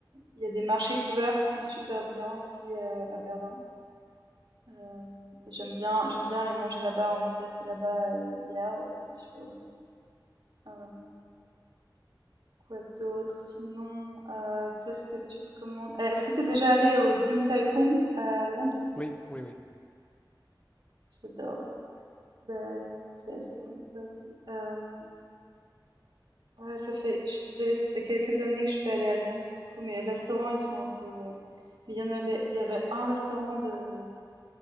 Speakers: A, on the right; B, on the left.
A: il y a des marchés couverts qui sont super bien aussi euh, à Berlin. Euh, et j'aime bien, j'aime bien aller manger là-bas. On est passé là-bas euh, hier et c'était super bon. Euh, Quoi d'autre? Sinon, euh, qu'est-ce que tu recommandes? Euh, Est-ce que tu es déjà allé au Din Tai Fung à Londres?
B: Oui, oui, oui.
A: J'adore. Ben, c'est assez bon, ça aussi. Euh, ouais, ça fait, je suis désolée, ça fait quelques années que je suis pas allée à Londres, du coup, mes restaurants, ils sont un peu. euh, mais Il y en avait, il y avait un restaurant de